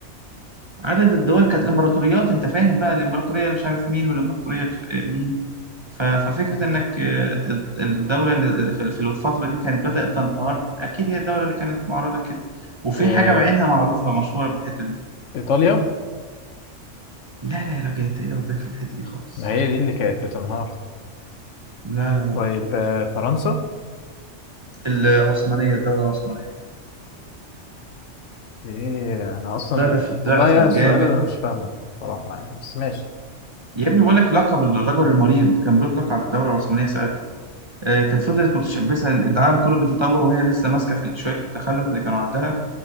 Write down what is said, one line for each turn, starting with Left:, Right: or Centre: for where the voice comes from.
Right: عدد الدول كانت امبراطوريات انت فاهم بقى الامبراطوريه اللي مش عارف مين والامبراطوريه الف- مين ف- ففكره انك آه، الد- الدوله اللي في في الفتره دي كانت بدات تنهار اكيد هي الدوله اللي كانت معرضه كده وفي
Left: آه...
Right: حاجه بعينها معروفه مشهوره بالحته دي
Left: ايطاليا
Right: لا لا يا راجل انت ايه اللي وداك في الحته دي خالص
Left: ما هي دي اللي كانت بتنهار
Right: لا لا لا
Left: طيب آه... فرنسا
Right: العثمانيه الدوله العثمانيه
Left: ايه انا اصلا
Right: ضعفت ضعفت
Left: والله يا السؤال
Right: جامد
Left: انا مش فاهمه صراحة يعني بس ماشي
Right: يا ابني بقول لك لقب الرجل المريض كان بيطلق على الدوله العثمانيه ساعتها آه، كانت فضلت متشبثه العالم كله بيتطور وهي لسه ماسكه في شويه التخلف اللي كانوا عندها